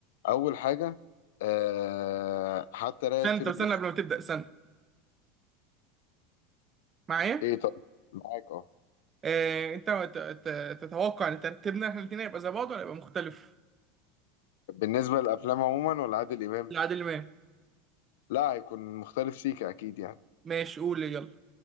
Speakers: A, on the left (about 80°); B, on the right (about 20°).
A: اول حاجة أه حتى لا
B: استنى
A: يطير
B: طب
A: الدخان
B: استنى قبل ما تبدأ استنى معايا
A: ايه طيب معاك اه
B: آه، أنت ت- ت- تتوقع إن ترتيبنا إحنا الاتنين هيبقى زي بعض ولا هيبقى مختلف؟
A: بالنسبة للأفلام عموما ولا عادل إمام؟
B: لعادل امام
A: لا هيكون مختلف سيكا أكيد يعني
B: ماشي قول يلا